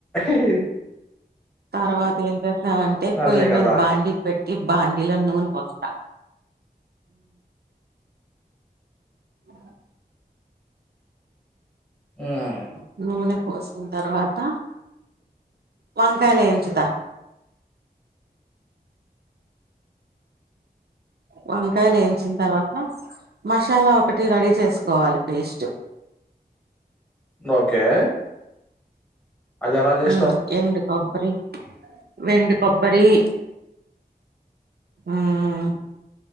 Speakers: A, in the centre; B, on the right.
A: హి హి
B: తర్వాతేమ్మ్ సాంటే
A: అదే
B: పొయ్యి
A: కదా
B: మీద బాండి పెట్ట ఇబ్ బాండీలో నూనె పోస్తా అ
A: మ్మ్
B: నూనె పోసిన తర్వాత వంకాయలు ఏంచుత వంకాయలు వేయించిన తర్వాత మసాలా ఒకటి రెడీ చేసుకోవాలి పేస్ట్
A: ఓకే అది ఎలా చేస్తారు
B: ఉమ్ ఎండ్ అబ్ బరి వెండు కొబ్బరి మ్మ్